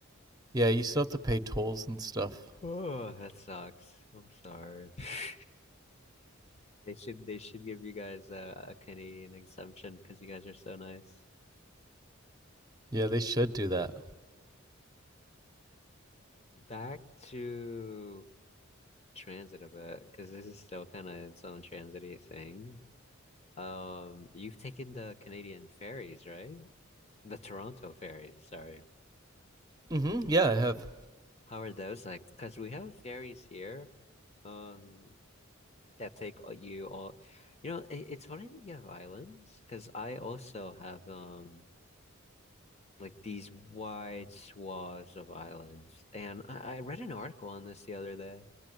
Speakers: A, on the right; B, on the left.
A: yeah, you still have to pay tolls and stuff.
B: oh, that sucks. I'm sorry. <laughs> They should they should give you guys a, a Canadian exemption because you guys are so nice.
A: Yeah, they should do that.
B: Back to transit a bit because this is still kind of its own transity thing. Um, you've taken the Canadian ferries, right? The Toronto ferries, sorry.
A: Mm-hmm. Yeah, I have.
B: How are those like? Because we have ferries here, um, that take all- you all. You know, it, it's funny that you have islands, because I also have um like these wide swaths of islands, and I, I read an article on this the other day.